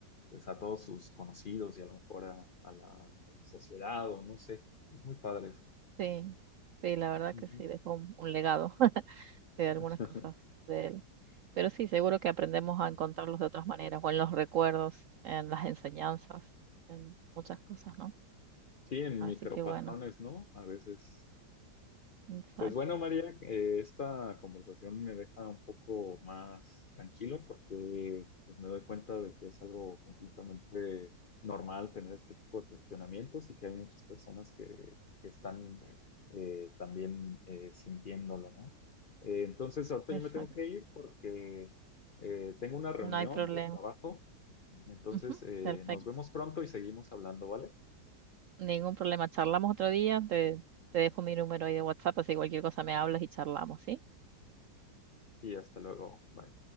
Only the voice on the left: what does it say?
pues a todos sus conocidos y a lo mejor a, a la, a la sociedad o no sé. Es muy padre eso.
Ujú.
<laughs>
Sí, en
micropatrones,
¿no? A veces.
Pues bueno, María, eh, esta conversación me deja un poco más tranquilo porque pues me doy cuenta de que es algo completamente normal tener este tipo de cuestionamientos y que hay muchas personas que, que están eh, también eh, sintiéndolo, ¿no? Eh, entonces, ahorita
yo me tengo que ir porque eh, tengo una reunión
de trabajo, entonces
eh,
nos vemos pronto y seguimos hablando, ¿vale?
Y hasta luego, bye.